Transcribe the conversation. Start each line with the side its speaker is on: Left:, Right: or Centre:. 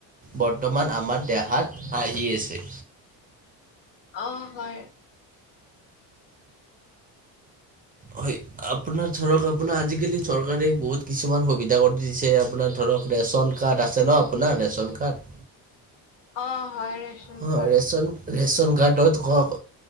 Right: বৰ্তমান আমাৰ দেহাত আহি আছে।
Left: অ', হয়।
Right: হয়। আপোনাৰ ধৰক আপোনাৰ আজিকালি চৰকাৰে বহুত কিছুমান সুবিধা কৰি দিছে আপোনাৰ ধৰক ধৰক ৰেচন কাৰ্ড আছে ন আপোনাৰ ৰেচন কাৰ্ড?
Left: অ', হয় ৰেচন
Right: অ
Left: কাৰ্ড।
Right: ৰেচন ৰেচন কাৰ্ডত কওক